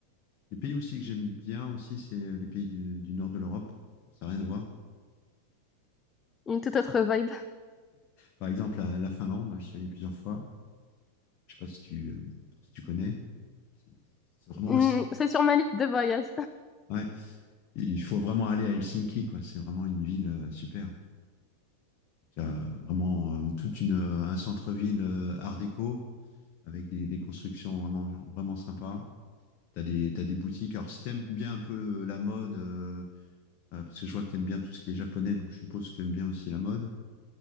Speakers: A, on the left (about 40°); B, on the left (about 20°).
A: Les pays aussi que j'aime bien aussi, c'est les pays du, du nord de l'Europe. Bon, ça n'a rien à voir.
B: Une toute autre vibe.
A: Par exemple, la, la Finlande, je suis allé plusieurs fois. Je sais pas si tu, euh, si tu connais. C'est c'est vraiment
B: Hmm,
A: aussi.
B: c'est sur ma liste de voyages.
A: Ouais. Il faut vraiment aller à Helsinki, quoi. C'est vraiment une ville euh, super. Tu as, vraiment euh, toute une, euh, un centre-ville euh, art déco avec des, des constructions vraiment, vraiment sympas. Tu as des, t'as des boutiques. Alors, si t'aimes bien un peu la mode, euh, euh, parce que je vois que t'aimes bien tout ce qui est japonais, donc je suppose que t'aimes bien aussi la mode.